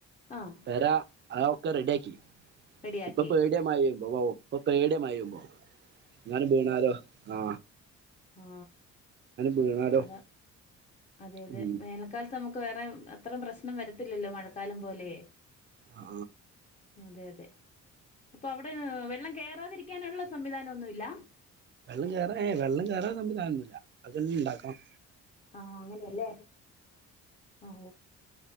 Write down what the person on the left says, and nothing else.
ആഹ്
റെഡിയാക്കി
ആ
അത അതെ അതെ
മേനക്കാൽ നമുക്ക് വേറെ അത്രയും പ്രശ്നം വരത്തില്ലല്ലോ മഴക്കാലം പോലെ
അതെ അതെ. അപ്പൊ അവിടെ വെള്ളം കേറാതിരിക്കാനൊള്ള സംവിധാനം ഒന്നുല്ല
ആഹ അങ്ങനെയല്ലേ ഓ